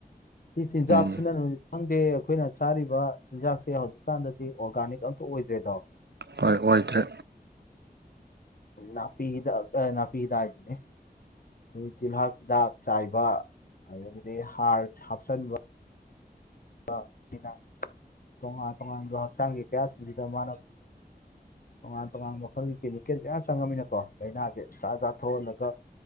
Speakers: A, on the left (about 60°); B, on the right (about 85°).
A: ꯁꯤ ꯆꯤꯟꯖꯥꯛ
B: ꯎꯝ
A: ꯁꯤꯅꯔꯖꯨ ꯈꯪꯗꯦ ꯑꯩꯈꯣꯏꯅ ꯆꯥꯔꯤꯕ ꯆꯤꯟꯖꯥꯛꯁꯦ ꯍꯧꯖꯤꯛꯀꯥꯟꯗꯗꯤ ꯑꯣꯔꯒꯥꯅꯤꯛ ꯑꯝꯇ ꯑꯣꯏꯗ꯭ꯔꯦꯗꯣ
B: ꯍꯣꯏ ꯑꯣꯏꯗ꯭ꯔꯦ
A: ꯅꯥꯄꯤꯍꯤꯗꯥꯛ ꯑ ꯅꯥꯄꯤꯍꯤꯗꯥꯛ ꯍꯥꯏꯖꯤꯅꯤ ꯍꯨꯖꯤꯛ ꯇꯤꯜꯍꯥꯛ ꯍꯤꯗꯥꯛ ꯆꯥꯏ ꯕ ꯑꯗꯒꯤꯗꯤ ꯍꯥꯔ ꯍꯥꯞꯆꯟꯕ ꯕ ꯁꯤꯅ ꯇꯣꯉꯥꯟ ꯇꯣꯉꯥꯟꯕ ꯍꯛꯆꯥꯡꯒꯤ ꯀꯌꯥꯠꯁꯤꯖꯤꯗ ꯃꯥꯅ ꯇꯣꯉꯥꯟ ꯇꯣꯉꯥꯟꯕ ꯃꯈꯜꯒꯤ ꯀꯦꯃꯤꯀꯦꯜꯖꯦ ꯀꯌꯥ ꯆꯪꯉꯝꯅꯤꯅꯀꯣ ꯂꯥꯏꯅꯥꯖꯦ ꯖꯥꯠ ꯖꯥꯠ ꯊꯣꯛꯍꯜꯂꯒ